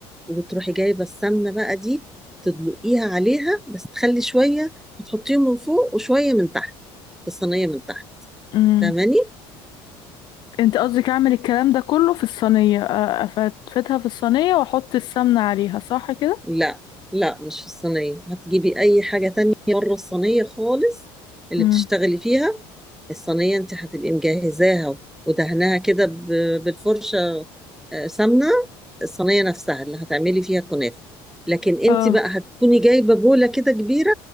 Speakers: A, in the centre; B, on the left.
A: وتروحي جايبه السمنه بقى دي تدلقيها عليها بس تخلي شويه تحطيهم من فوق وشويه من تحت في الصينيه من تحت
B: امم
A: فاهماني
B: انت قصدك اعمل الكلام ده كله في الصينية آه، افتفتها في الصينية واحط السمنة عليها صح كده
A: لا لا مش في الصينيه هتجيبي اي حاجه تانية بره الصينيه خالص اللي
B: امم
A: بتشتغلي فيها الصينية انت هتبقي مجهزاها ودهناها كده ب- بالفرشة آه، سمنة الصينية نفسها اللي هتعملي فيها الكنافة لكن انت
B: اه
A: بقى هتكوني جايبة بولة كده كبيرة